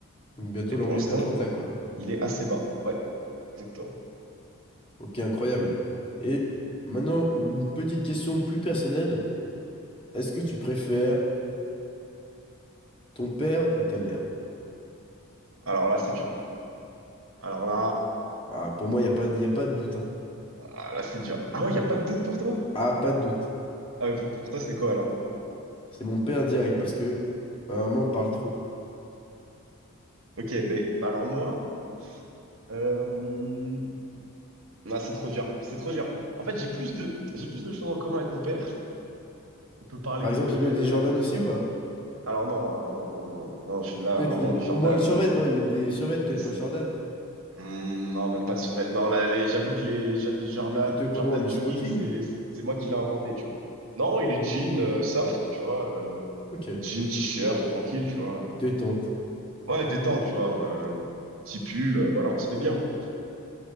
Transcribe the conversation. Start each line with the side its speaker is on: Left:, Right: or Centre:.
Left: Donc bientôt
Right: Mais
Left: l'anglais
Right: pour l'instant,
Left: d'Atlanta, quoi.
Right: il est assez bas. Ouais, exactement.
Left: Ok, incroyable. Et maintenant, une petite question plus personnelle. Est-ce que tu préfères ton père ou ta mère?
Right: Alors là, c'est dur. Alors là,
Left: Ah, pour moi, il n'y a pas, y a pas de doute, hein.
Right: ah, là, c'est dur. Ah ouais, il n'y a pas de doute pour toi?
Left: Ah, pas de doute.
Right: Ah, mais pour, pour toi, c'est quoi alors?
Left: C'est mon père direct parce que ma maman parle trop.
Right: Ok, mais alors moi, euh... ah, c'est trop dur. C'est trop dur. En fait, j'ai plus de, j'ai plus de choses en commun avec mon père. On peut parler
Left: Par
Right: de
Left: exemple, il met des Jordan aussi ou pas?
Right: Alors non, hein, non, non, non, non, je suis là,
Left: Peut-être
Right: vraiment,
Left: les-
Right: les Jordan,
Left: au moins le survêt,
Right: euh, c'est...
Left: non? Il met des survêtements, peut-être
Right: c'est- c'est-
Left: pas Jordan.
Right: Hmm, non, même pas de survêt. Non, là, les- j'avoue que les, les, Jo- les Jordan,
Left: Il est plutôt
Right: le
Left: comment,
Right: Jordan
Left: lui?
Right: jogging,
Left: Smoking?
Right: c'est c'est moi qui l'ai inventé, tu vois. Non, il est jean euh, soft, tu vois. euh,
Left: Ok.
Right: jean, t-shirt, tranquille, tu vois.
Left: Détente.
Right: Ouais, détente, tu vois. euh, petit pull, euh, voilà, on se met bien, quoi.